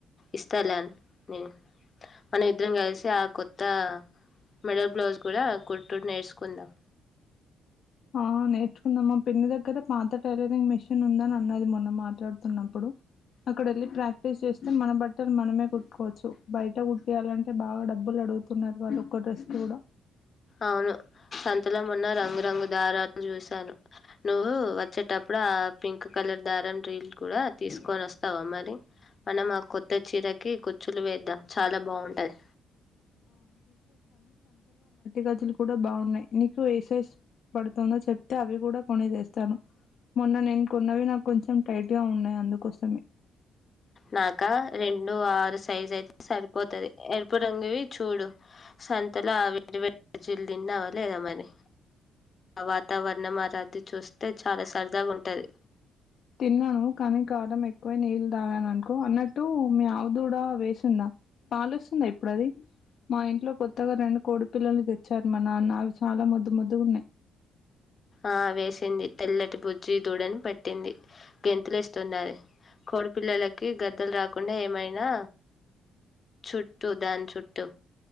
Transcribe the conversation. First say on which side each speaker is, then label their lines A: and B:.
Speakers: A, on the left; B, on the left.
A: ఇస్తాలేని నేను మనం ఇద్దరం కలిసి ఆ కొత్త మెడల్ బ్లౌజ్ కూడా కుటుడు నేర్చకుందాం
B: ఆ నేర్చుకుందాం మా పిన్ని దగ్గరే పాత టైలరింగ్ మిషిన్ ఉందని అన్నది మొన్న మాట్లాడుతున్నప్పుడు అక్కడ వెళ్ళి ప్రాక్టీస్ చేస్తే మన బట్టలు మనమే కుట్టుకోవచ్చు బయట కుట్టటియాలంటే బాగా డబ్బులు అడుగుతున్నారు వాళ్ళు ఒక్క డ్రెస్ కూడా
A: అవును సంతలం ఉన్న రంగురంగు దారాలు చూసాను నువ్వు వచ్చేటప్పుడు ఆ పింక్ కలర్ దారం రీల్ కూడా తీసుకొని వస్తావా మరి మనం కొత్త చీరకి కుర్చులు వేద్దాం చాలా బాగుంటది
B: గాజులు కూడా బాగున్నాయ్ నీకు ఏ సైజ్ పడుతుందో చెప్ అ అవి కూడా కొనేసస్తాను మొన్న నేను కొన్నవి నాకు కొంచెం టైట్ గా ఉన్నాయి అందుకోసమే
A: నాకా రెండు ఆరు సైజ్ అయితే సరిపోతుది ఎరుపు రంగివి చూడు సంతలో వేడి ప్రజీలు తిన్నావా లేద మని ఆ వాతావరణం ఆరాధి చూస్తే చాలా సరదాగా ఉంటాధి
B: తిన్నా ను కానీ గాదం ఎకువ నీల్ తాగాను అనుకో అన్నట్టు మీ ఆవ దూడ వేసిందా పాలిస్తుందా ఇప్పుడుది మా ఇంట్లో కొత్తగా రెండు కోడిపిల్లలు తెచ్చారు మా నాన్న అవి చాలా ముొద్దు ముొద్దుగు ఉన్నాయి
A: ఆ వేసింది తెల్లటి బుజ జీ దూడని పట్టింది గెంతులు ఇస్తున్నాది కోడిపిల్లలకి గద్దలు రాకుండా ఏమైనా చుట్టూ దాని చుట్టూ